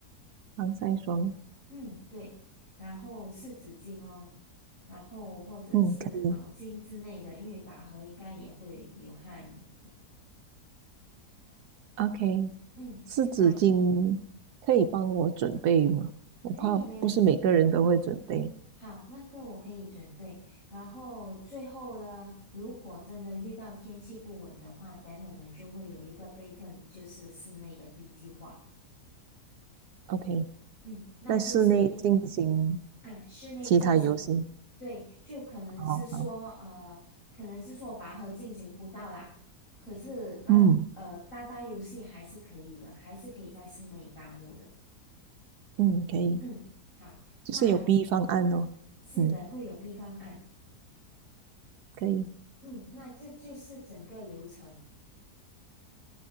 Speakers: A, on the right; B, on the left.
A: 防晒霜，
B: 嗯，对，然后湿纸巾哦，然后或者是毛巾之类的，
A: 嗯，可以
B: 因为拔河应该也会流汗。
A: ，OK，
B: 嗯，
A: 湿纸巾可以帮我准备吗？
B: 然
A: 我怕不是每个人都会准备
B: 可以没问题。好，那个我可以准备。然后最后呢，如果真的遇到天气不稳的话，等我们就会有一个备份，就是室内的 B 计划。
A: ，OK，OK，
B: 嗯，那就是变得
A: 在室内进行
B: 啊，室内进行，
A: 其他游戏，
B: 对，就可能是说呃，
A: 好好，
B: 可能是说拔河进行不到啦，可是那呃，
A: 嗯
B: 搭搭游戏还是可以的，还是可以在室内搭幕的。
A: 嗯，可以，
B: 嗯，好，
A: 就是有
B: 那
A: B 方案哦，
B: 是的，
A: 嗯，
B: 会有 B 方案。
A: 可以
B: 嗯，那这就是整个流程。